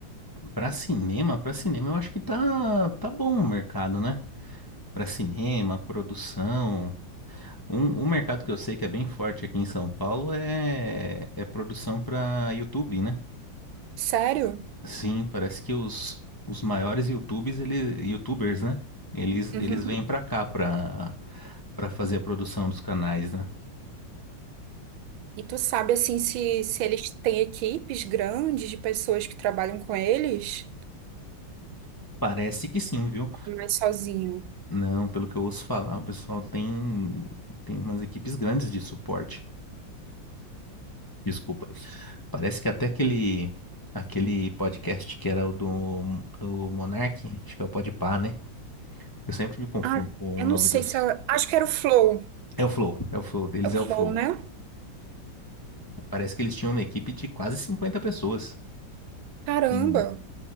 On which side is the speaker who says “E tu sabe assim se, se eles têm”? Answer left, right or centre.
Right